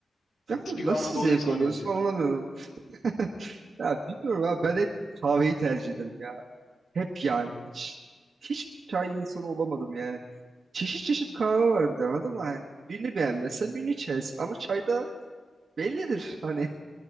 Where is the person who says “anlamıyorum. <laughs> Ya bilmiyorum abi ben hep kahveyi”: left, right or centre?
Right